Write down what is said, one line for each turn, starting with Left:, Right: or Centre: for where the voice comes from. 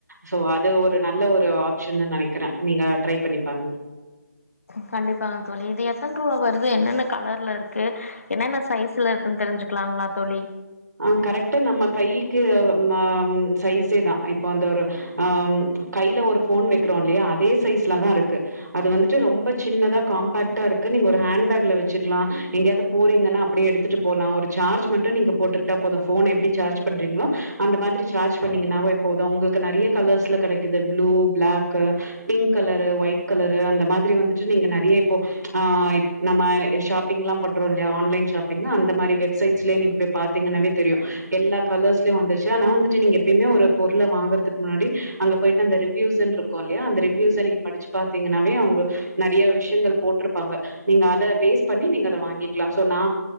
Right: சோ அது ஒரு நல்ல ஒரு ஆப்ஷன்னு நெனைக்கிறே நீங்க ட்ரை பண்ணி பாருங்க
Left: கண்டிப்பாங்க தோழி இது எத்தன் ரூவா வருது என்னென்ன கலர்ல இருக்கு என்னென்ன சைஸ் சிலருக்குனு தெரிஞ்சுக்கலாங்களா தோழி
Right: ஆ கரெக்ட்டு நம்ம கைக்கு அது ம ஆ சைஸே தா இப்ப அந்த ஒரு ஆம் கையில ஒரு ஃபோன் வைக்கிறோ இல்லையா அதே சைஸ்ல தா இருக்கு அது வந்துட்டு ரொம்ப சின்னதா காம்பாக்ட்டா இருக்கு நீங்க ஒரு ஹேண்ட் பேக்ல வச்சுக்கலா எங்கயாது போறீங்கன்னா அப்டியே எடுத்துட்டு போலா ஒரு சார்ஜ் மட்டு நீங்க போட்டுட் விட்டா போது ஃபோன எப்டி சார்ஜ் பண்றீங்களோ அந்த மாதிரி சார்ஜ் பண்ணீங்கனாவே போது உங்களுக்கு நெறைய கலர்ஸ்ல கெடை குது blue black pink colour white colour அந்த மாதிரி வந்துட்டு நீங்க நெறையா இப்போ ஆ இப் நம்ம ஷாப்பிங்ல்லா பண்றோ இல்லையா ஆன்லைன் ஷாப்பிங் அந்த மாதிரி வெப்சைட்ஸ்லயே நீங்க போய் பாத் திங்கன்னாவே தெரியு எல்லா கலர்ஸ்லயு வந்துருச்சு ஆனா வந்துட்டு நீங்க எப்பயுமே ஒரு பொருளை வாங்கறதுக்கு முன்னாடி அங்க போயிட்டு அந்த ரிவ்யூஸ்னு இருக்கு இல்லையா அந்த ரிவ்யூஸை நீங்க படிச்சு பாத்தீங்கன்னாவே அவுங்க நெறையா விஷ்யங்கள் போட்டிருப்பாங்க நீங்க அத பேஸ் பண்ணி நீங்க அத வாங்கிக்கலா சோ நா